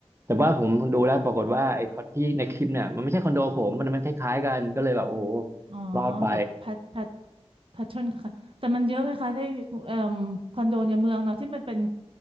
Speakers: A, on the right; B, on the right.
A: แต่ว่าผมดูแล้วปรากฏว่าไอ้คอนที่ในคลิปเนี่ยมันไม่ใช่คอนโดผมมันมันคล้ายๆกันก็เลยแบบโอ้โห
B: อ๋อ
A: รอดไป
B: แบบแพทแพท แพทเทิร์นค่ะแต่มันเยอะไงคะได้เอ่อคอนโดในเมืองเนาะที่มันเป็น